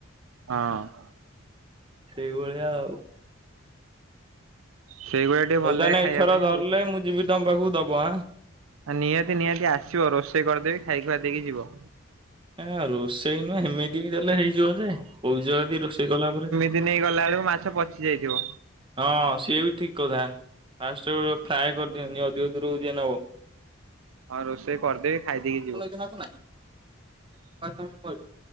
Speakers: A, on the right; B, on the right.
A: ହଁ।
B: ସେଇ ଭଳିଆ ଆଉ।
A: ସେଇଗୁଡା ଟିକେ
B: ହଉ
A: ଭଲ
B: ତାହେ
A: ଲାଗେ ଖାଇବା
B: ଏଥର
A: ପାଇଁ
B: ଧରିଲଲେ
A: ଆଉ।
B: ମୁଁ ଯିବି ତମ ପାଖକୁ ଦବଁ।
A: ନିହାତି ନିହାତି ଆସିବ ରୋଷେଇ କରିଦେବି ଖାଇ ଖୁଆ ଦେଇକି ଯିବ।
B: ନା ରୋଷେଇ ନୁହଁ ସେମିତି ବି ତାହେଲେ ହେଇଯିବ ଯେ କଉ ଯ ଯଦି ରୋଷେଇ କଲା ପରେ
A: ଦିନେଇ ଗଲାବେଳେକୁ ମାଛ ପଚିଯାଇଥିବ।
B: ହଁ ସିଏ ବି ଠିକ କଥା। ଫାଷ୍ଟ ଫ୍ରଏ କରିଦିଅନ୍ତି ଅଧିକ ଧୂରୁକୁ ଯିଏ ନବ।
A: ହଁ ରୋଷେଇ କରିଦେବି ଖାଇଦେଇକି ଯିବ।
B: <unintelligible> <unintelligible> କହିବୁ।